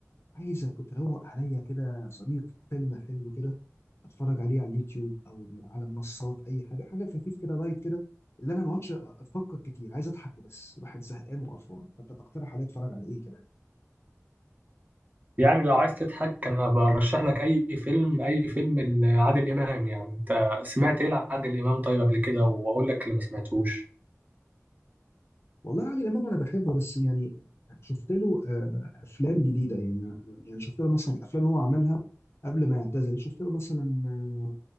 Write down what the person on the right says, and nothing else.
يعني لو عايز تضحك انا برشح لك اي فيلم اي فيلم لعادل امام يعني انت سمعت ايه لعادل امام طيب قبل كده واقول لك اللي ما سمعتوش